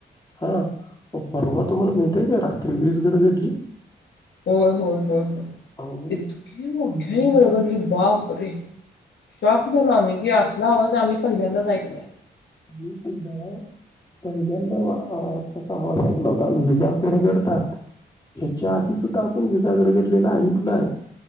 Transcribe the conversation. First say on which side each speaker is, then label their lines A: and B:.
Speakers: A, on the left; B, on the left.
A: हा परवा तुम्हाला माहितीये का रात्री वीज गडगडली
B: होय होय होय होय
A: अहो
B: इतके मोठ्याने
A: मी
B: घडघडली बाप रे शॉक झालो आम्ही हे असला आवाज आम्ही पहिल्यांदाच ऐकलंय
A: मी सुद्धा पहिल्यांदा अ असं आवाज ऐकला होता वीजा गडगडतात ह्याच्या आधी सुद्धा आपण वीजा आवाज ऐकलाय व गडगडलेला ऐकलय